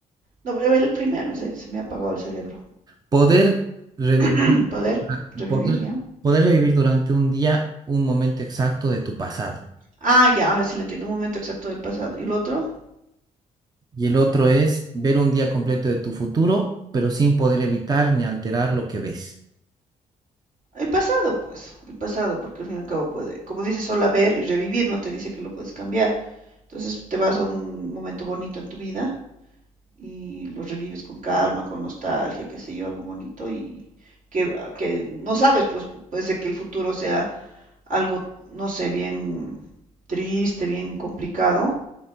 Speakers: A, on the right; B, on the right.
A: No, a ver, el primero, en serio, se me ha apagado el cerebro.
B: Poder revivir,
A: <clears throat> Poder revivir
B: poder,
A: ya.
B: poder revivir durante un día un momento exacto de tu pasado.
A: Ah, ya, ahora sí lo entiendo. Un momento exacto del pasado. ¿Y el otro?
B: Y el otro es ver un día completo de tu futuro, pero sin poder evitar ni alterar lo que ves.
A: El pasado, pues. El pasado, porque al fin y al cabo puede. Como dice, solo ver y revivir, no te dice que lo puedes cambiar. Entonces te vas a un momento bonito en tu vida y lo revives con calma, con nostalgia, qué sé yo, algo bonito y que, que no sabes, pues puede ser que el futuro sea algo, no sé, bien triste, bien complicado